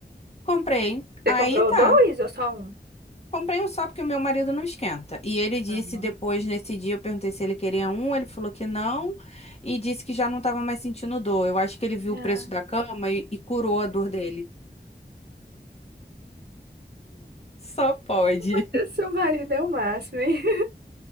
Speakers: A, on the left (about 35°); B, on the right (about 70°).
A: comprei.
B: Você
A: Aí
B: comprou
A: tá.
B: dois ou só um?
A: Comprei um só porque o meu marido não esquenta. E ele disse
B: Ah, não.
A: depois, nesse dia, eu perguntei se ele queria um, ele falou que não e disse que já não estava mais sentindo dor. Eu acho que ele viu
B: Ah,
A: o preço da cama e e curou a dor dele. Só pode.
B: <laughs> Seu marido é o máximo, hein?